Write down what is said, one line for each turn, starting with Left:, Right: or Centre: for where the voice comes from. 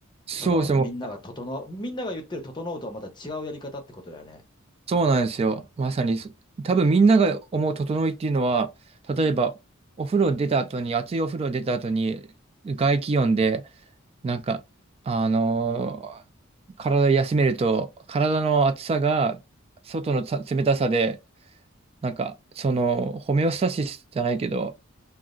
Right: そうですね、
Left: その、みんなが整う、
Right: もう
Left: みんなが言ってる整うとはまた違うやり方ってことだよね。
Right: そうなんですよ。まさにそ、多分みんなが思う整いっていうのは、
Left: うん。
Right: 例えば、お風呂出た後に、熱いお風呂出た後に、外気温で、なんか、あのー体休めると、体の熱さが、外のさ冷たさで、なんか、その、ホメオスタシスじゃないけど、